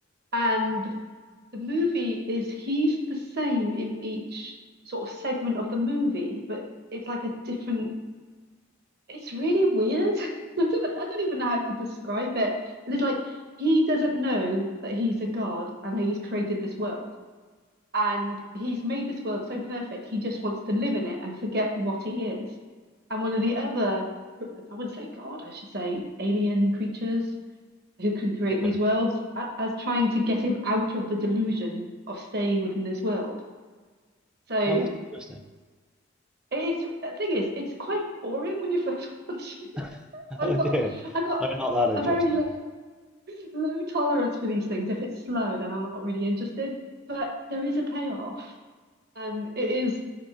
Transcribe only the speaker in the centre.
okay.
Oh, that's interesting.
<laughs>
Oh
dear.
No, not that
interesting.